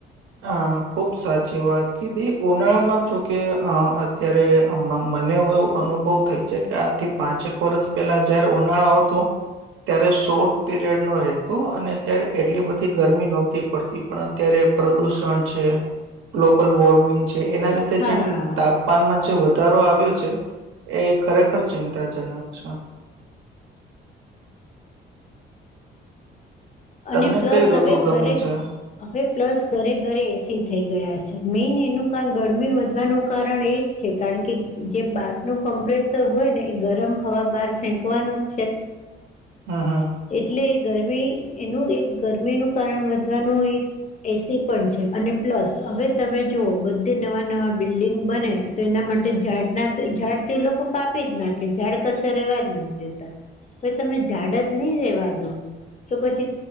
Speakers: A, on the right; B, on the left.
A: અ ખુબ સાચી વાત કીધી ઉનાળામાં જોકે અત્યારે મનેય- - અનુભવ થાય છે કે આજથી પાંચેક વર્ષ પેલા જયારે ઉનાળો આવતો- - ત્યારે શોર્ટ પીરિયડ ન રહેતું અને અ્યારે એટલી બધી ગરમી નહોતી પડતી પણ અત્યારે- - પ્રદૂષણ છે ગ્લોબલ વોર્મિંગ છે એના લીધે
B: હા
A: જે તાપ- - તાનમાં જે વધારો આવ્યો છે એ ખરેખર ચિંતાજનક છે.
B: અને
A: તમને
B: પ્લસ
A: કઈ ઋતુ
B: હવે
A: ગમે
B: ઘરે-
A: છે
B: - હવે પ્લસ ઘરે ઘરે એસી થઈ ગયા છે મેઈન એનું કારામ ગરમી વધવાનું કારણ એ- - છે કારણ કે જે બહાર ન કમ્પ્રેસર હોય ને એ ગરમ હવા બહાર ફેંકવાનું જ છે. <inaudible> <inaudible>
A: હમ હમ.
B: એટલે ગરમી એનું એક ગરમીનુંું કારણ વધવાનું એક- - એસી પણ છે અને પ્લસ હવે તમે જુઓ બધે નવા નવા બિલ્ડિંગ બને તો એના માટે ઝાડના ઝાડ તો એ લોકો કાપી જ નાખે ઝાડ કસે રેવાજ નથી દેતા ભાઈ તમે ઝાડજ નહીં રેવા દો. તો પછી.